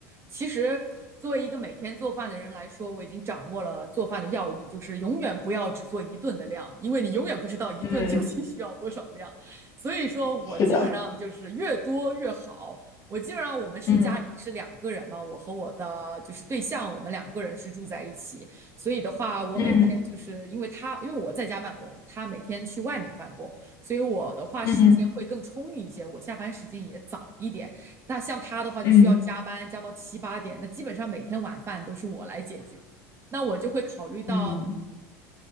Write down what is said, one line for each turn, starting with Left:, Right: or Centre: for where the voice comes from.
Right: 其实作为一个每天做饭的人来说，我已经掌握了做饭的要义，就是永远不要只做一顿的量，因为你永远不知道一顿究竟需要多少量。
Left: 嗯，
Right: 所以说我基本上就是越多越好。
Left: 是的，
Right: 我基本上我们是家里是两个人嘛，
Left: 嗯
Right: 我和我的就是对象，我们两个人是住在一起，所以的话，我每天就是因为他，
Left: 嗯
Right: 因为我在家办公，他每天去外面办公，所以我的话时间会更充裕一些，
Left: 嗯
Right: 我下班时间也早一点。那像他的话就需要加班，
Left: 嗯。
Right: 加到七八点，那基本上每天晚饭都是我来解决。那我就会考虑到
Left: 嗯